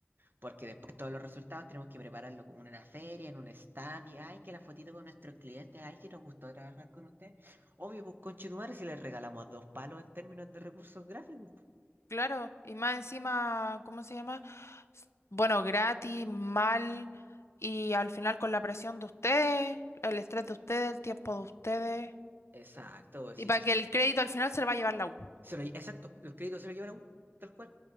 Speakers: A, on the right (about 50°); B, on the left (about 85°).
A: Porque después todos los resultados tenemos que prepararlo como en una feria, en un stand, y ay, que la fotito con nuestros clientes, ay, que nos gustó trabajar con usted. Obvio, pues conchetumare si les regalamos dos palos en términos de recursos gráficos. po.
B: Claro, y más encima, ¿cómo se llama? S- Bueno, gratis, mal, y al final con la presión de ustedes, el estrés de ustedes, el tiempo de ustedes.
A: Exacto, pues
B: Y
A: sí.
B: para
A: ch-
B: que el crédito al final se lo va a llevar la U.
A: se lo lle- exacto, los créditos se los lleva la U, tal cual.